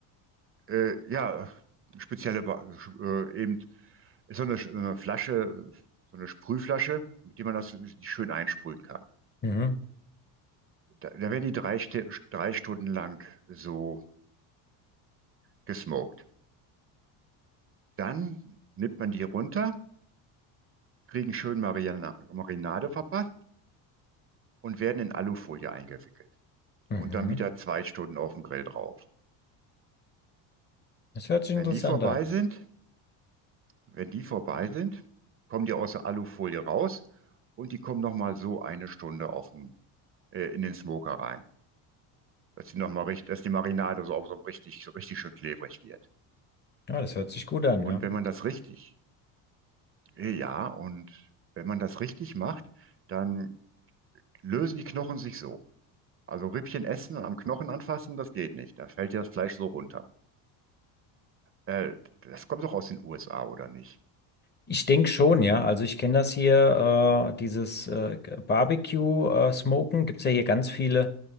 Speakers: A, on the right; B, on the left.
A: äh, ja, spezielle, Wa- äh, eben ist so eine, so eine Flasche, so eine Sprühflasche, mit der man das schön einsprühen kann.
B: Mhm.
A: Da, da werden die drei, Ste- drei Stunden lang so gesmoked. Dann nimmt man die runter, kriegen schön Marina, Marinade verpasst und werden in Alufolie eingewickelt.
B: Mhm.
A: Und dann wieder zwei Stunden auf dem Grill drauf.
B: Das hört sich
A: Wenn
B: interessant
A: die vorbei
B: an.
A: sind, wenn die vorbei sind, kommen die aus der Alufolie raus und die kommen nochmal so eine Stunde auf den, äh, in den Smoker rein, dass die noch mal richtig, dass die Marinade so, auch so richtig, so richtig schön klebrig wird.
B: Ja, das hört sich gut an,
A: Und
B: ja.
A: wenn man das richtig, äh, ja, und wenn man das richtig macht, dann lösen die Knochen sich so. Also Rippchen essen und am Knochen anfassen, das geht nicht. Da fällt ja das Fleisch so runter. Äh, das kommt doch aus den USA, oder nicht?
B: Ich denke schon, ja. Also ich kenne das hier, äh, dieses äh, Barbecue-Smoken. Gibt es ja hier ganz viele